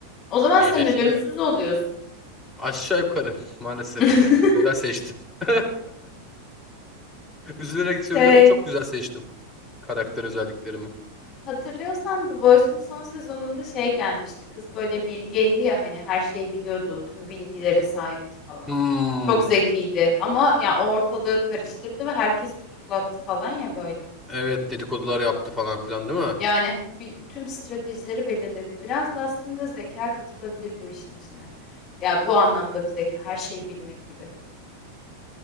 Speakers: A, on the left; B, in the centre.
A: O zaman
B: İyileşiyor
A: sen ölümsüz
B: ya.
A: oluyorsun.
B: Aşağı yukarı maalesef.
A: <laughs>
B: Güzel seçtim. <laughs> Üzülerek söylüyorum
A: Şey,
B: çok güzel seçtim karakter özelliklerimi.
A: hatırlıyorsan The Boys'un son sezonunda şey gelmişti. Kız böyle bilgeydi ya hani her şeyi biliyordu, tüm bilgilere sahipti falan.
B: Hmm,
A: Çok zekiydi ama ya o ortalığı karıştırdı ve herkesi tutuklattı falan ya böyle.
B: evet dedikodular yaptı falan filan değil mi?
A: Yani bir, tüm stratejileri belirledi. Biraz da aslında zeka katılabilir bu işin içine. Yani bu anlamda bir zeka her şeyi bilmek gibi.